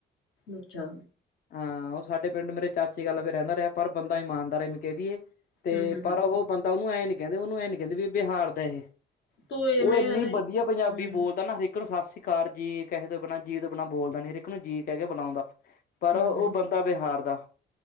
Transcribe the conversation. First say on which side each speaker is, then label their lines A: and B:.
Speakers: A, on the left; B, on the left.
A: ਅੱਛਾ।
B: ਹਾਂ ਉਹ ਸਾਡੇ ਪਿੰਡ ਮੇਰੇ ਚਾਚੇ ਵੱਲ ਵੀ ਰਹਿੰਦਾ ਰਿਹਾ ਪਰ ਬੰਦਾ ਇਮਾਨਦਾਰੀ ਮ ਕਹਿ ਦਈਏ। ਤੇ
A: ਹਮ
B: ਪਰ
A: ਹਮ
B: ਉਹ ਬੰਦਾ ਉਹਨੂੰ ਐਂ ਨੀ ਕਹਿੰਦੇ, ਉਹਨੂੰ ਇਹਂ ਨੀ ਕਹਿੰਦੇ ਵੀ ਬਿਹਾਰ ਦਾ ਏ।
A: ਤੋ ਇਵੇਂ
B: ਉਹ ਇੰਨੀ
A: ਹੈ ਨਾ
B: ਵਧੀਆ ਪੰਜਾਬੀ
A: ਹਮ
B: ਬੋਲਦਾ ਨਾ ਹਰੇਕ ਨੂੰ ਸਤਿ ਸ਼੍ਰੀ ਅਕਾਲ ਜੀ। ਕਹੇ ਤੋਂ ਬਿਨਾ, ਜੀ ਤੋਂ ਬਿਨਾਂ ਬੋਲਦਾ ਨੀ ਹਰੇਕ ਇੱਕ ਨੂੰ ਜੀ ਕਹਿ ਕੇ ਬੁਲਾਉਂਦਾ। ਪਰ
A: ਹਮ
B: ਉਹ
A: ਹਮ
B: ਬੰਦਾ ਤਾਂ ਬਿਹਾਰ ਦਾ